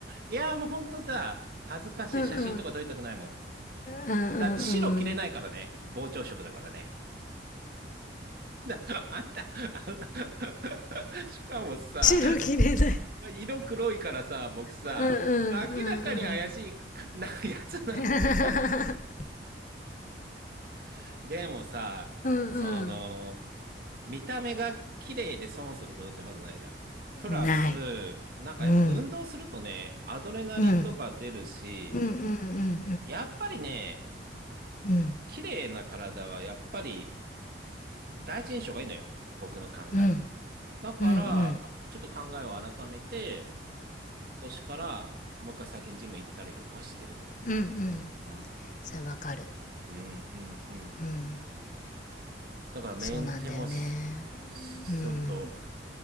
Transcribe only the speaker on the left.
んうんうん
白切れない
うんうんうんうん
<laughs>
うんう
んない
うん
うんうんうんうん
うんうん
うん
うんうんうん
うんうん
それわかる
うん
そうなんだよね
うん